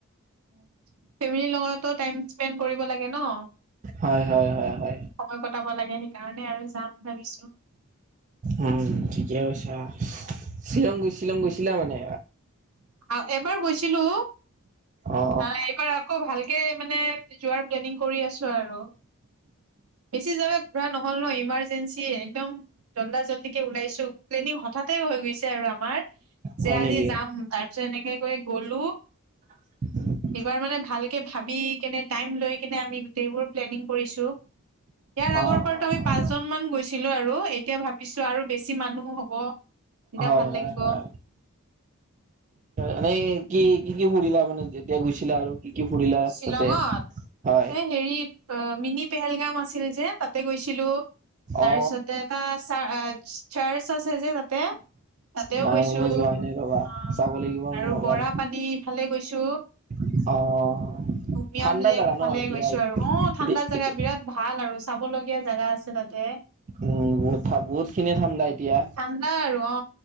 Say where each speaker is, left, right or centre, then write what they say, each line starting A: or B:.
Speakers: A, on the right (about 85°); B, on the right (about 35°).
A: ফেমিলিৰ লগতো টাইম স্পেণ্ড কৰিব লাগে ন।
B: হয়-হয়-হয়-হয়।
A: সময় কটাব লাগে সেইকাৰণে আৰু যাম ভাবিছো।
B: উম, ঠিকে কৈছা। শ্বিলং গৈ-শ্বিলং গৈছিলা মানে?
A: আৰু এবাৰ গৈছিলো
B: অ অ
A: এইবাৰ আকৌ ভালকে মানে যোৱাৰ প্লেনিং কৰি আছো আৰু। বেছি জাগা ঘূৰা নহ'ল ন ইমাৰ্জেঞ্চি একদম। জল্দা জল্ডিকে ওলাইছো প্লেনিং হঠাতে হৈ গৈছে আৰু আমাৰ,
B: হয়
A: যে আজি
B: নেকি
A: যাম তাৰ তেনেকে কৰি গ'লো।
B: <inaudible>
A: এইবাৰ মানে ভালকে ভাবি কেনে টাইম লৈ কেনে আমি গোটেইবোৰ প্লেনিং কৰিছো। ইয়াৰ আগৰ
B: অ
A: পৰা ত আমি
B: হয়
A: পাঁচজন মান গৈছিলো আৰু, এতিয়া ভাবিছো আৰু বেছি মানুহ হ'ব। তেতিয়া
B: হয়-হয়-হয়।
A: ভাল লাগিব।
B: এনেই কি-কি-কি ফুৰিলা মানে যেতিয়া গৈছিলা আৰু? কি-কি ফুৰিলা
A: শ্বিলঙত
B: তাতে হয়।
A: এই হেৰি অ, মিনি পেহেলগাম আছিল যে তাত তাতে গৈছিলো, তাৰপিছতে
B: অ
A: এটা চ চাৰ্চ আছে যে তাতে তাতেও
B: নাই
A: গৈছো
B: মই
A: অ,
B: যোৱাই নাই ৰবা চাব লাগিব
A: আৰু
B: মোৰ এবাৰ
A: বৰা পানী ইফালে গৈছো।
B: অ',
A: হুমিয়াম
B: ঠাণ্ডা
A: লেক
B: জাগা
A: ইফালে
B: ন এতিয়া
A: গৈছো আৰু অ, ঠাণ্ডা
B: এতিয়া
A: জোগা
B: এতিয়া
A: বিৰাট ভাল আৰু চাবলগীয়া। জেগা আছে তাতে।
B: উম, বহুত-বহুত খিনি ঠাণ্ডা এতিয়া।
A: ঠাণ্ডা আৰু অ,